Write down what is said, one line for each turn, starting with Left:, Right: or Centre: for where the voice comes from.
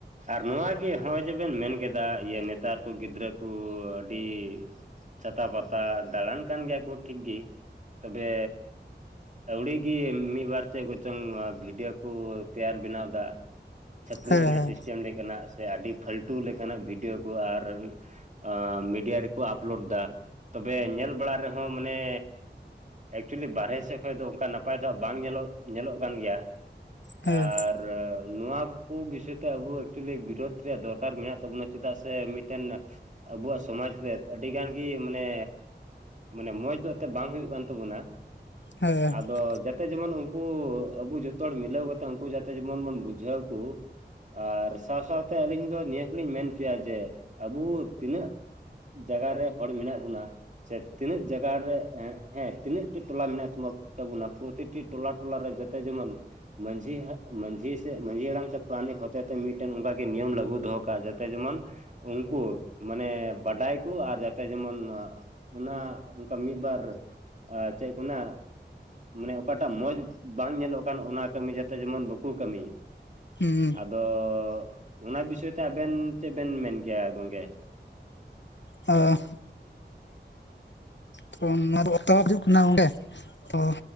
Right: ᱟᱨ ᱱᱚᱣᱟ ᱜᱮ ᱦᱚᱜᱼᱚᱭ ᱡᱮᱵᱮᱱ ᱢᱮᱱ ᱠᱮᱫᱟ ᱤᱭᱟᱹ ᱱᱮᱛᱟᱨ ᱠᱚ ᱜᱤᱫᱽᱨᱟᱹ ᱠᱚ ᱟᱹᱰᱤ ᱪᱷᱟᱛᱟ ᱯᱟᱛᱟ ᱫᱟᱬᱟᱱ ᱠᱟᱱ ᱜᱮᱭᱟ ᱠᱚ ᱴᱷᱤᱠ ᱜᱮ, ᱛᱚᱵᱮ ᱟᱹᱣᱲᱤᱜᱤ ᱢᱤᱫ ᱵᱟᱨ ᱪᱮᱫ ᱠᱚᱪᱚᱝ ᱵᱷᱤᱰᱭᱳ ᱠᱚ ᱛᱮᱭᱟᱨ ᱵᱮᱱᱟᱣ ᱫᱟ ᱾ ᱪᱟᱹᱯᱨᱤ
Left: ᱦᱮᱸ
Right: ᱮᱱᱮᱡ ᱥᱤᱥᱴᱮᱢ ᱞᱮᱠᱟᱱᱟᱜ ᱥᱮ ᱟᱹᱰᱤ ᱯᱷᱟᱞᱛᱩ ᱞᱮᱠᱟᱱᱟᱜ ᱵᱷᱤᱰᱭᱳ ᱠᱚ ᱟᱨ ᱮᱸ ᱢᱤᱰᱤᱭᱟ ᱨᱮᱠᱚ ᱟᱯᱞᱳᱰ ᱫᱟ ᱾ ᱛᱚᱵᱮ ᱧᱮᱞ ᱵᱟᱲᱟ ᱨᱮᱦᱚᱸ ᱢᱟᱱᱮ ᱮᱠᱪᱩᱮᱞᱤ ᱵᱟᱨᱦᱮ ᱥᱮᱫ ᱠᱷᱚᱡ ᱫᱚ ᱚᱱᱠᱟ ᱱᱟᱯᱟᱭ ᱫᱚ ᱵᱟᱝ ᱧᱮᱞᱚᱜ ᱧᱮᱞᱚᱜ ᱠᱟᱱ ᱜᱮᱭᱟ ᱾
Left: ᱦᱮᱸ
Right: ᱟᱨᱻ ᱱᱚᱣᱟ ᱠᱚ ᱵᱤᱥᱚᱭ ᱛᱮ ᱟᱵᱚ ᱮᱠᱪᱩᱣᱮᱞᱤ ᱵᱤᱨᱳᱫᱷ ᱨᱮᱭᱟᱜ ᱫᱚᱨᱠᱟᱨ ᱢᱮᱱᱟᱜ ᱛᱟᱵᱚᱱᱟ ᱪᱮᱫᱟᱜ ᱥᱮ ᱢᱤᱫᱴᱮᱱ ᱟᱵᱚᱣᱟᱜ ᱥᱚᱢᱟᱡᱽ ᱨᱮ ᱟᱹᱰᱤ ᱜᱟᱱ ᱜᱮ ᱢᱟᱱᱮ ᱢᱟᱱᱮ ᱢᱚᱸᱡᱽ ᱫᱚ ᱮᱛᱮᱜ ᱵᱟᱝ ᱦᱩᱭᱩᱜ ᱠᱟᱱ ᱛᱟᱵᱚᱱᱟ ᱾
Left: ᱦᱮᱸ
Right: ᱟᱫᱚ ᱡᱟᱛᱮ ᱡᱮᱢᱚᱱ ᱩᱱᱠᱩ ᱟᱵᱚ ᱡᱚᱛᱚ ᱦᱚᱲ ᱢᱤᱞᱟᱹᱣ ᱠᱟᱛᱮ ᱩᱱᱠᱩ ᱡᱟᱛᱮ ᱡᱮᱢᱚᱱ ᱵᱚᱱ ᱵᱩᱡᱷ ᱡᱷᱟᱹᱣ ᱠᱚ ᱾ ᱟᱨ ᱥᱟᱶ ᱥᱟᱶᱛᱮ ᱟᱹᱞᱤᱧ ᱫᱚ ᱱᱤᱭᱟᱹ ᱦᱚᱸ ᱞᱤᱧ ᱢᱮᱱ ᱠᱮᱭᱟ ᱡᱮ ᱟᱵᱚ ᱛᱤᱱᱟᱹᱜ ᱡᱟᱜᱟ ᱨᱮ ᱦᱚᱲ ᱢᱮᱱᱟᱜ ᱵᱚᱱᱟ ᱥᱮ ᱛᱤᱱᱟᱹᱜ ᱡᱟᱜᱟ ᱨᱮ ᱮᱸᱜ ᱮᱸ ᱛᱤᱱᱟᱹᱜ ᱴᱤ ᱴᱚᱞᱟ ᱢᱮᱱᱟᱜ ᱛᱟ ᱛᱟᱵᱚᱱᱟ ᱯᱨᱚᱛᱤᱴᱤ ᱴᱚᱞᱟ ᱴᱚᱞᱟᱨᱮ ᱡᱟᱛᱮ ᱡᱮᱢᱚᱱ ᱢᱟᱺᱡᱷᱤ ᱦᱟ, ᱢᱟᱺᱡᱷᱤ ᱢᱟᱺᱡᱷᱤ ᱦᱟᱲᱟᱢ ᱥᱮ ᱯᱨᱟᱱᱤᱠ ᱦᱚᱛᱮ ᱛᱮ ᱢᱤᱫᱴᱮᱱ ᱚᱱᱠᱟ ᱜᱮ ᱱᱤᱭᱚᱢ ᱞᱟᱹᱜᱩ ᱫᱚᱦᱚ ᱠᱟᱜ ᱡᱟᱛᱮ ᱡᱮᱢᱚᱱ ᱩᱱᱠᱩ ᱢᱟᱱᱮ ᱵᱟᱰᱟᱭ ᱠᱚ ᱟᱨ ᱡᱟᱛᱮ ᱡᱮᱢᱚᱱ ᱾ ᱚᱱᱟ ᱚᱱᱠᱟ ᱢᱤᱫ ᱵᱟᱨ ᱪᱮᱫ ᱠᱚ ᱢᱮᱱᱟ ᱢᱟᱱᱮ ᱚᱠᱟᱴᱟᱜ ᱢᱚᱸᱡᱽ ᱵᱟᱝ ᱧᱮᱞᱚᱜ ᱠᱟᱱ ᱚᱱᱟ ᱠᱟᱹᱢᱤ ᱡᱟᱛᱮ ᱡᱮᱢᱚᱱ ᱵᱟᱠᱚ ᱠᱟᱹᱢᱤ ᱾
Left: ᱦᱩᱸ ᱾
Right: ᱟᱫᱚ ᱚᱱᱟ ᱵᱤᱥᱚᱭ ᱛᱮ ᱟᱵᱮᱱ ᱪᱮᱫ ᱵᱮᱱ ᱢᱮᱱ ᱠᱮᱭᱟ ᱜᱚᱝᱠᱮ?
Left: ᱟᱸ ᱛᱚ ᱱᱚᱣᱟ ᱫᱚ ᱚᱛᱚᱵ ᱦᱤᱡᱩᱜ ᱠᱟᱱᱟ ᱚᱸᱰᱮ <unintelligible> ᱛᱚ